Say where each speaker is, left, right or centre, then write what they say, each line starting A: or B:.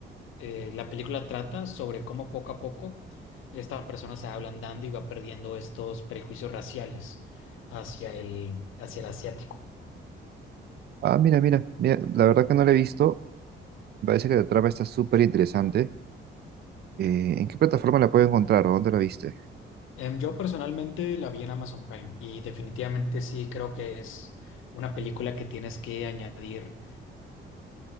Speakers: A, on the left (about 85°); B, on the right (about 55°).
A: eh, la película trata sobre cómo poco a poco esta persona se va ablandando y va perdiendo estos prejuicios raciales hacia el, hacia el asiático.
B: Ah, mira, mira, mira, la verdad que no la he visto. Me Parece que la trama está súper interesante. Eh, ¿en qué plataforma la puedo encontrar o dónde la viste?
A: Em, yo personalmente la vi en Amazon Prime y definitivamente sí creo que es una película que tienes que añadir